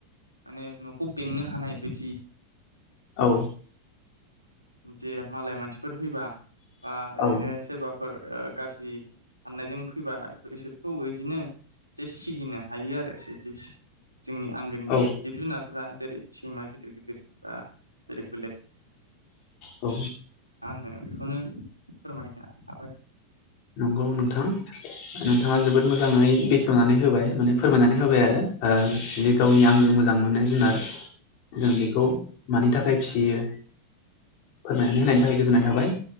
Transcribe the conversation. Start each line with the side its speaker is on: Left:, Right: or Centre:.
Right: माने न'खौ बेंनो हानाय बायदि
Left: औ
Right: जे मालाय मानसिफोर फैबा बा ओरैनो
Left: औ
Right: सोरबा फोर ओ गारजि हाननायजों फैबा इसोरखौ इदिनो जे सिगिनो हायो आरो सिजेस जोंनि आंगोनि
Left: औ
Right: जिब जुनारफोरा जेरै सैमा गिदिर गिदिर बा बेलेग बेलेक
Left: औ।
Right: ओ बेखौनो फोरमायनो हाबाय।
Left: नंगौ नोंथां नोंथाङा जोबोद मोजाङै बेखेवनानै होबाय माने फोरमायनानै होबाय आरो ओ जि गावनि आं मोजां मोननाय जुनार जों बेखौ मानि थाखाय फियो फोरमायनानै होनायनि थाखाय गोजोननाय थाबाय